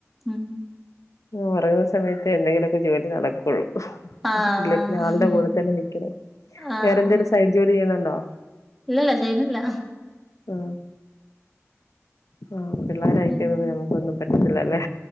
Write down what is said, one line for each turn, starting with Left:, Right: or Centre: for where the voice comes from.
Centre: ഉം
Left: ഒറങ്ങണ സമയത്ത് എന്തെങ്കിലുമൊക്കെ ജോലി നടക്കുള്ളൂ
Centre: ആഹ്
Left: ല്ലന്നെ ആളുടെ കൂടെ തന്നെ നിക്കുണു
Centre: ആഹ്
Left: വേറെന്തേലും സൈഡ് ജോലി ചെയ്യുന്നുണ്ടോ
Centre: ഇല്ലല്ല ചെയ്യണില്ല
Left: ആ ആ പിള്ളേര അയക്കാൻ
Centre: ഉം
Left: നമുക്കൊന്നും പറ്റത്തില്ലല്ലേ